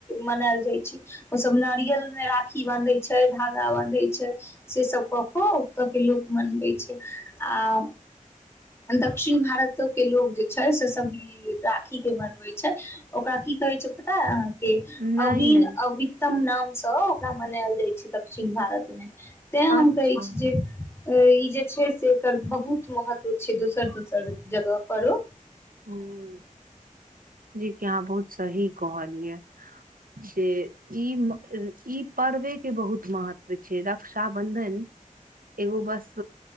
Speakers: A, on the left (about 20°); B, on the right (about 80°).
A: मनायल जाइ छै ओ सब नारियल मे राखी बन्धै छै धा- कऽ दै छै से सब कऽ कऽ ओत के लोक मनबै छै आ दक्षिण भारत के लोक जे छै से सब ई राखी के मनबै छै ओकरा की कहै छै पता है अहाँके
B: नहि
A: अभी
B: नहि
A: अभीतम नामसँ ओकरा मनायल जाइ छै तऽ दक्षिण भारतमे तैं हम
B: अच्छा
A: कहै छी जे अ- -जे छै से एकर बहुत महत्व छै दोसर दोसर जगह पर आरों
B: हूँ जी कि अहाँ बहुत सही कहलियै से ई म-ई पर्वे के बहुत महत्व छै रक्षाबंधन एगो बस